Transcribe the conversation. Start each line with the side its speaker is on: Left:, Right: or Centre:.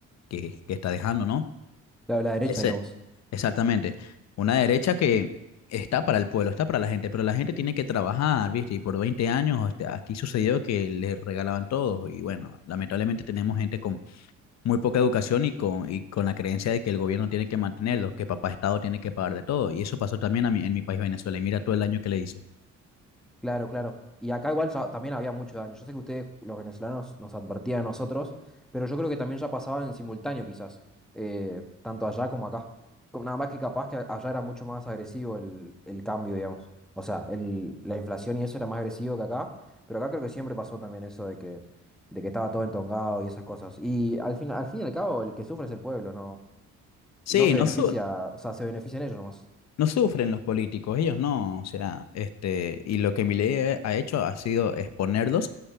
Left: que, que está dejando, ¿no?
Centre: La, la derecha,
Left: Ese,
Centre: digamos.
Left: exactamente. Una derecha que está para el pueblo, está para la gente, pero la gente tiene que trabajar, ¿viste? Y por 20 años este, aquí sucedió que les regalaban todos y bueno, lamentablemente tenemos gente con muy poca educación y con, y con la creencia de que el gobierno tiene que mantenerlos, que papá Estado tiene que pagar de todo. Y eso pasó también a mí, en mi país, Venezuela, y mira todo el daño que le hizo.
Centre: Claro, claro. Y acá igual ya también había mucho daño. Yo sé que ustedes, los venezolanos, nos advertían a nosotros, pero yo creo que también ya pasaba en simultáneo quizás, eh, tanto allá como acá. Co- Nada más que capaz que a- allá era mucho más agresivo el, el cambio, digamos. O sea, el, la inflación y eso era más agresivo que acá, pero acá creo que siempre pasó también eso de que, de que estaba todo entongado y esas cosas. Y al fin, al fin y al cabo, el que sufre es el pueblo, ¿no?
Left: Sí,
Centre: No se
Left: no,
Centre: beneficia,
Left: su-
Centre: o sea, se benefician ellos nomás.
Left: No sufren los políticos, ellos no, o sea, este, y lo que Milei ha hecho ha sido exponerlos,